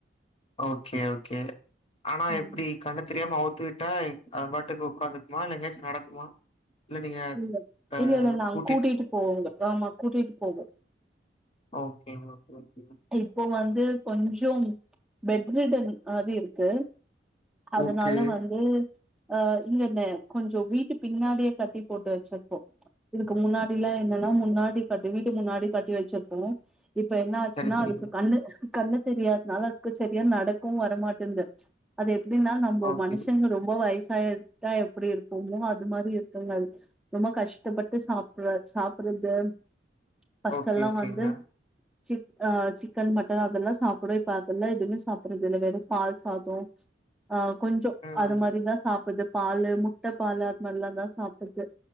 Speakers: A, on the left; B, in the centre.
A: ஓகே ஓகே ஆனா
B: ம்
A: எப்டி கண்ணு தெரியாம அவுத்து விட்டா அத பாட்டுக்கு உக்காந்துக்குமா இல்ல எங்கயாச்சி நடக்குமா இல்ல நீங்க
B: இல்ல
A: அ
B: இல்ல இல்ல நாங்
A: கூட்டிட்
B: கூட்டிட்டு போவோங்க ஆமா கூட்டிட்டு போவோ
A: ஓகே ஓகே ஓகே
B: இப்போ வந்து கொஞ்சம் பெட்மிட்டன் ஆது இருக்கு அதனால
A: ஓகே
B: வந்து அ இல்லண்ண கொஞ்சோ வீட்டுக் பின்னாடியே கட்டி போட்டு வச்சிருப்போ இதுக்கு முன்னாடிலா என்னன்னா முன்னாடி கட்டி வீட்டு முன்னாடி கட்டி வச்சிருப்போ இப்ப என்னா
A: சரி
B: ச்சுனா
A: சரிங்க
B: அதுக்கு கண்ணு கண்ணு தெரியாதனால அதுக்கு சரியா நடக்கவு வரமாட்டேந்து அது எப்டினா நம்போ
A: ஓகே
B: மனுஷங்க ரொம்ப வயசாயிட்டா எப்டி இருப்போமோ அது மாதி இருக்குங்க அது ரொம்ப கஷ்டப்பட்டு சாப்பற சாப்பறது ஃபர்ஸ்ட்ல்லா
A: ஓகே ஓகேங்க
B: வந்து சிக் ஆ சிக்கன் மட்டன் அதல்லா சாப்டு இப்ப அதல்லா எதுமே சாப்பறத்தில்ல வேறு பால் சாதோ ஆ கொஞ்சோ
A: ம்
B: அது மாதிரிதா சாப்புத்து பாலு முட்ட பாலு அது மாதிரிலாந் தா சாப்புட்து